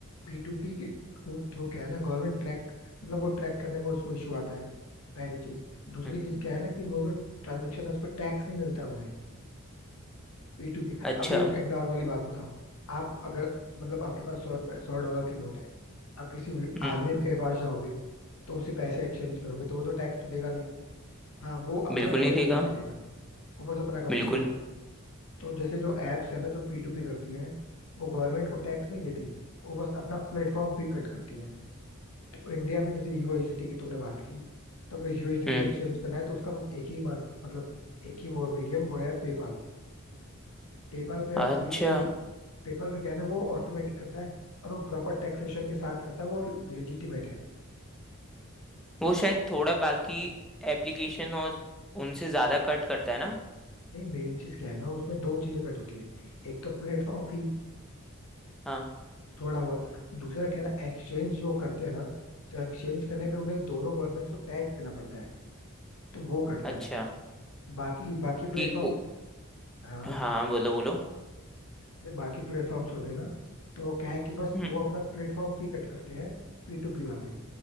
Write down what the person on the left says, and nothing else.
पी टू पी के थ्रू क्या है ना गवर्नमेंट ट्रैक मतलब वो ट्रैक करने में उसको इशू आता है पहली चीज दूसरी
चीज क्या है ना कि वो जो ट्रांजेक्शन है उस पर टैक्स नहीं मिलता उन्हें पी टू पी
अभी आपको एक नॉर्मली बात बताओ आप अगर मतलब आपके पास सौ रुपए सौ डॉलर की नोट है आप किसी भी
आदमी के पास जाओगे तो उससे पैसे एक्सचेंज करोगे तो वो तो टैक्स तो देगा नहीं हाँ वो अपना
कमीशन
काटेगा वो बस अपना कमीशन
काटेगा तो जैसे जो एप्स है ना जो पी टू पी करती हैं वो गवर्नमेंट को टैक्स नहीं देती वो बस अपना प्लेटफॉर्म फी कट करती हैं तो इंडिया में जैसे यूएसडीटी की तुमने बात की तो अगर यूएसडीटी
एक्सचेंज करना है तो उसका बस एक ही मास- मतलब एक ही वो मीडियम वो है पेपाल पेपाल पे आप
पी टू पी पेपाल पे क्या है ना वो ऑटोमेटिक करता है और वो प्रॉपर टैक्सेशन के साथ करता है वो लेजिटिमेट है
नहीं मेन चीज क्या है ना उसमें दो चीजें कट होती है एक तो प्लेटफॉर्म फी
थोड़ा बहुत दूसरा क्या है ना एक्सचेंज जो करते हैं ना तो एक्सचेंज करने पे उन्हें दोनों गवर्नमेंट को टैक्स देना पड़ता है तो वो कटता
है बाकी बाकी प्लेटफॉर्म्स
हाँ
जैसे बाकी प्लेटफॉर्म्स हो गए ना तो वो क्या है कि बस
वो अपना प्लेटफॉर्म फी कट करते हैं पी टू पी वाले